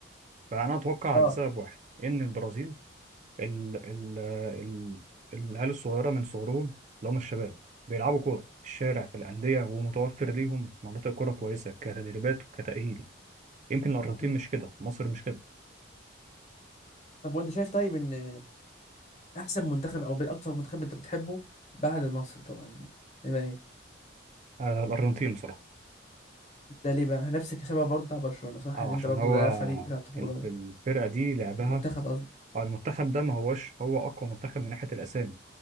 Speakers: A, on the right; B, on the left.
A: فأنا أتوقع
B: اه
A: لسبب واحد إن البرازيل ال ال ال العيال الصغيرة من صغرهم اللي هم الشباب بيلعبوا كورة في الشارع في الأندية ومتوفر ليهم مناطق كورة كويسة كتدريبات وكتأهيل يمكن الأرجنتين
B: مم.
A: مش كده مصر مش كده
B: طب وانت شايف طيب ان احسن منتخب او اكتر منتخب انت بتحبه بعد مصر طبعا يعني يبقى ايه
A: آه الأرجنتين بصراحة
B: ده ليه بقى نفس السبب برضه بتاع برشلونة صح
A: أه
B: ان انت
A: عشان
B: برضه
A: هو
B: ده فريق بتاع الطفولة
A: الف-
B: و-
A: الفرقة دي لعبها
B: المنتخب قصدي
A: أو المنتخب ده ما هوش هو أقوى منتخب من ناحية الأسامي